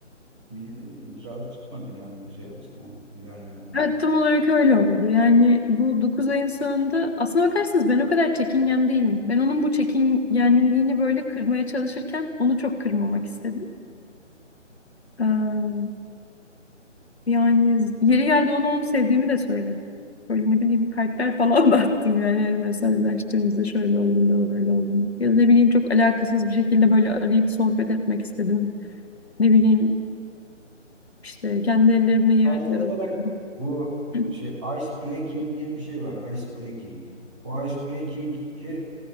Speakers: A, on the right; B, on the left.
A: bir icraat çıkmadı yani şey açısından ilerleme.
B: Evet tam olarak öyle oldu. Yani bu 9 ayın sonunda aslına bakarsanız ben o kadar çekingen değilim. Ben onun bu çekingenliğini böyle kırmaya çalışırken onu çok kırmamak istedim. Ee, yani yeri geldi onu onu sevdiğimi de söyledim. Böyle ne bileyim kalpler falan <laughs> da attım yani, yani mesajlaştığımızda şöyle olduğunda böyle olduğunda. Ya da ne bileyim çok alakasız bir şekilde böyle arayıp sohbet etmek istedim. Ne bileyim işte kendi ellerimle yemekler
A: Sazlaşarak
B: hazırladım.
A: bu
B: <clears throat>
A: şey ice breaking diye bir şey var. Ice breaking. Bu ice breaking'i